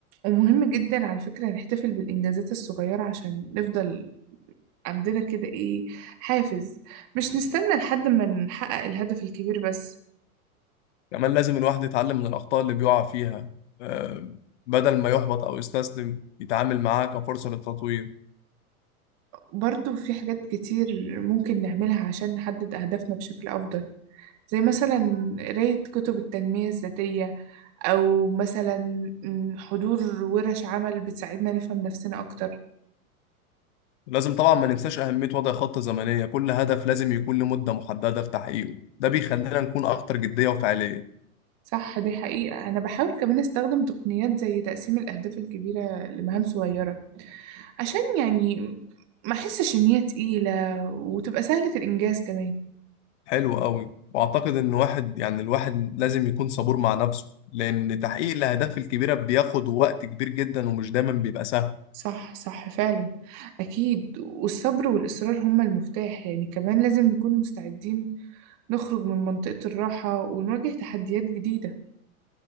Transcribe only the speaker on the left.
كمان لازم الواحد يتعلم من الأخطاء اللي بيقع فيها آه، بدل ما يحبط أو يستسلم يتعامل معاها كفرصة للتطوير
لازم طبعا ما ننساش أهمية وضع خطة زمنية كل هدف لازم يكون لمدة محددة في تحقيقه ده بيخلينا نكون أكتر جدية وفعالية
حلو قوي وأعتقد إن واحد يعني الواحد لازم يكون صبور مع نفسه لأن تحقيق الأهداف الكبيرة بياخد وقت كبير جدا ومش دايما بيبقى سهل